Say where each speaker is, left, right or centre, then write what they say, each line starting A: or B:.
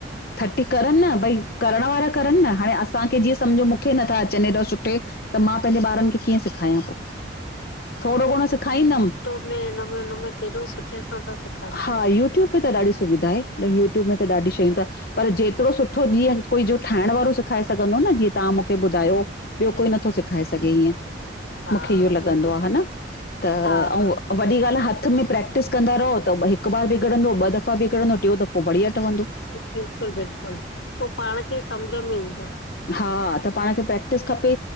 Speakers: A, on the left; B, on the left.
A: थटी करनि न, भई करण वारा करनि न, हाणे असांखे जीअं सम्झो मूंखे नथा अचनि हेॾो सुठे त मां पंहिंजे ॿारनि खे कीअं सिखाया पो, थोडो घणो सिखाईंदम।
B: हिनमे नम नम केॾो सुठे सां ता सघ।
A: हा यूट्यूब पे त ॾाढी सुविधा आहे, यूट्यूब में त ॾाढी शयूं ता पर जेतिरो सुठो जीअं कोई जो ठाहिण वारो सिखाए सघंदो न जीअं तां मूंखे ॿुधायो ॿियो कोई नथो सेखाए सघे इएं,
B: हा
A: मूंखे इहो लॻंदो
B: बिल्कुलु
A: आ ह न त
B: हा
A: अऊं
B: हा
A: वॾी ॻाल्हि आ हथु में प्रैक्टिस कंदा रहो त हिकु बार बिगड़ंदो ॿ दफ़ा बिगड़ंदो टियों दफ़ो बढ़िया ठवंदो।
B: बिल्कुलु बिल्कुलु पो पाण खे सम्झ में ईंदा।
A: हा त पाण खे प्रैक्टिस खपे